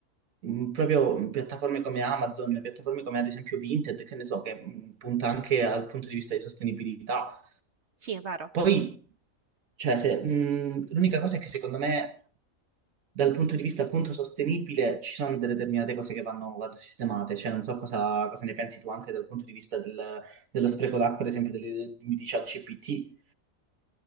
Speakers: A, on the right (about 75°); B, on the right (about 60°).
A: mh, proprio piattaforme come Amazon, piattaforme come ad esempio Vinted, che ne so, che mh, punta anche al punto di vista di sostenibilità.
B: sì, è vero.
A: Poi, cioè, se, mh, l'unica cosa è che secondo me dal punto di vista appunto sostenibile ci sono delle determinate cose che vanno, vanno sistemate, cioè non so cosa, cosa ne pensi tu anche dal punto di vista del- dello spreco d'acqua, ad esempio delle- di di ChatGPT.